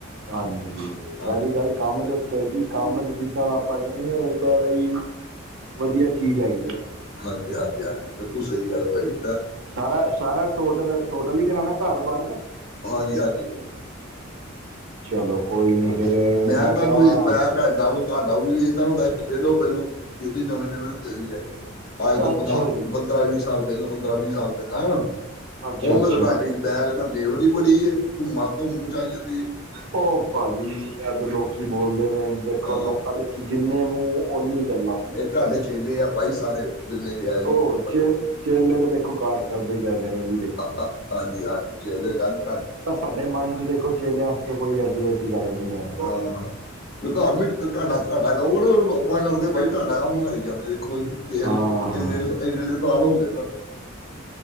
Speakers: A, on the right; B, on the left.
A: ਹਾਂਜੀ
B: ਹਾਂਜੀ
A: ਸਾਡੀ ਗੱਲ ਕੰਮ ਦੇ ਉ ਤੇ ਜੀ ਕੰਮ ਨੀ ਕੀਤਾ ਦਾ ਆਪਾਂ ਕਹਿਦਾਗੇ ਉੱਦਾਂ ਦਾ ਜੀ। ਵਧੀਆ ਚੀਜ ਹੈਗੀ ਆ।
B: ਹਾਂਜੀ- ਹਾਂਜੀ-ਹਾਂਜੀ ਬਿਲਕੁਲ ਸਹੀ ਗੱਲ ਆ ਭਾਜੀ।
A: ਸਾਰਾ-ਸਾਰਾ ਟੋਟਲ-ਟੋਟਲ ਹੀ ਕਰਾਉਣਾ ਘਰ ਬਾਹਰ ਦਾ।
B: ਹਾਂਜੀ-ਹਾਂਜੀ।
A: ਚਲੋ ਕੋਈ ਨਹੀਂ
B: ਹਾਂਜੀ
A: ਫਿਰ
B: ਮੈਂ ਤੁਹਾਨੂੰ
A: ਕਿਹਾ
B: ਵੀ ਏਦ੍ਹਾ <unintelligible> ਜਿਦੇ ਨਵੇ- ਨਵੇਂ ਹੁੰਦੇ ਸੀਗੇ ਆਜ ਤੋਂ
A: ਅੱਛਾ
B: ਪੰਜਾਹ
A: ਜੀ
B: ਚਾਲੀ ਸਾਲ ਪਹਿਲਾਂ ਪੰਦਰਾਂਹ ਵੀਹ-ਸਾਲ ਪਹਿਲਾਂ। ਹੁਣ
A: ਅੱਛਾ ਅੱਛਾ
B: ਤੇ ਤੁਹਾਡੀ ਬੈਗ ਨਾ ਲੇਵਰੀ ਹੀ ਬੜੀ ਧੂੰਆਂ- ਧੁੰਮ ਮਚਾਈ ਜਾਂਦੀ ਏ।
A: ਉਹ ਭਾਜੀ ਅੱਜ ਲੋਕੀ ਬੋਲਦੇ ਨੇ ਦੇਖੋ
B: ਹਾਂ
A: ਲੋਕ ਦੇ ਜਿੰਨੇ ਮੂੰਹ ਓਨੀ ਗੱਲਾਂ।
B: ਨਹੀਂ ਤੁਹਾਡੇ ਚੇਲੇ ਆ ਬਾਈ ਸਾਰੇ ਜਿੰਨੇ ਵੀ ਹੈ ਜੀ
A: ਉਹ
B: ਮਤਲਬ।
A: ਚੇ ਚੇਲੇ ਤੇ ਦੇਖੋ ਕਾਟ ਕਰਦੇ ਹੀ ਕਰਦੇ ਨੇ ਜੀ ਦੇਖੋ
B: ਹਾਂਜੀ- ਹਾਂਜੀ ਚੇਲੇ ਗੱਲ।
A: ਪਰ ਸਾਡੇ ਮਨ 'ਚ' ਦੇਖੋ ਚੇਲਿਆਂ ਵਾਸਤੇ ਕੋਈ ਐਸੀ ਵੈਸੀ ਗੱਲ ਨਹੀਂ ਹੈ।
B: ਆਹ ਕੰਮ ਵੀ ਤੁਡਾ- ਤੁਡਾ ਕਹਊ ਨਾ ਫਿਰ ਆਪਣਾ ਕਰਦੇ ਬਾਈ ਤੁਹਾਡਾ ਕੰਮ ਕਰਾਈ ਜਾਂਦੇ ਨੇ। ਕੋਈ ਦੇਖ
A: ਹਾਂ
B: ਲਓ
A: ਹਾਂ
B: ਇੰਨੇ-ਇੰਨੇ- ਇੰਨੇ ਸਾਲ ਹੋ ਗਏ ਇਹਨਾਂ ਨੂੰ।